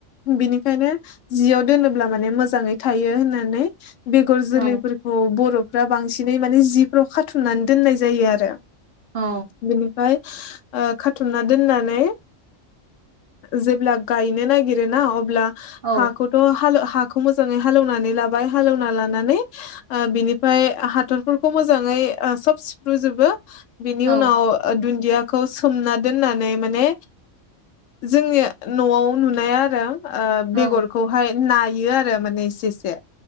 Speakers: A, on the left; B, on the right.
A: बिनिखायनो जियाव दोनोब्ला माने मोजाङै थायो होननानै। बेगर जोलैफोरखौ
B: औ
A: बरफ फ्रा बांसिनै माने जि र' खाथुमनानै दोननाय जायो आरो।
B: औ
A: बिनिफाय ओ खाथुमना दोननानै जेब्ला गायनो नागिरोना अब्ला
B: औ
A: हाखौथ हालौ हा मोजाङै हालेवनानै लाबाय हालेवना लानानै ओ बिनिफ्राय हाथरफोरखौ मो जाङै सब सिफ्रुजोबो। बिनि
B: औ
A: उनाव दुन्दिया खौ सोमना दोननानै माने जोंनि न'आव नुनाया आरो ओ
B: औ
A: बेगरखौहाय नायो आरो माने एसे एसे